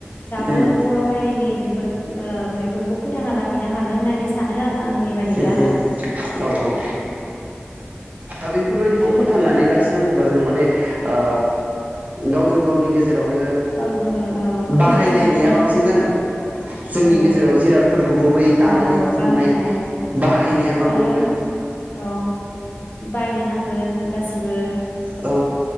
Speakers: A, on the left; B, on the right.
A: दाबो
B: उम
A: बर' हारिनि बे बे ओ बेफोरखौ फोथांना लाखिनो हागोन होननानै सानो। आंनि बायदिब्ला
B: उम उम औ औ दा बेफोरबायदिखौ
A: आरो
B: फोथांनानै लाखिनो नांगौबा जों माने ओ गावजों गावनि गेजेर रावनो
A: गावजों गाव ओ खौसेथि
B: बाहायलायनाया
A: लाखिनो
B: बांसिन जानांगोन जोंनि
A: औ
B: गेजेराव जिरादफोरखौबो बै दानानै
A: औ औ
B: दिुहुननाय
A: बाहायनाय
B: बाहायनाया बांनांगोन।
A: आरो औ बायनो नांगोन गासिबो
B: औ